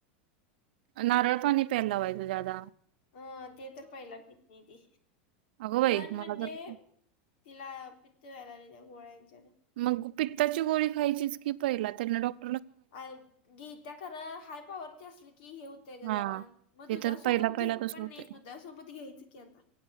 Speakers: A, on the right; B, on the left.
A: नारळ पाणी पेलावायच ज्यादा.
B: अं ते तर पहिला भीच नाही त
A: अगं बाई
B: सण म्हणजे.
A: मला तर
B: तिला पित्त व्यायला आली त्या गोळ्यांच्या
A: मग पित्ताची गोळी खायचीच की पहिला त्यांना डॉक्
B: अ गी त्या्याकर हाय पॉवरची असली. की हे होतंय का जरा
A: हा.
B: मग दुधासोबत
A: ते तर पहिला
B: घेत
A: पहिला तसं
B: पण
A: होतंय.
B: नाही दुधासोबत घ्यायचं की आता.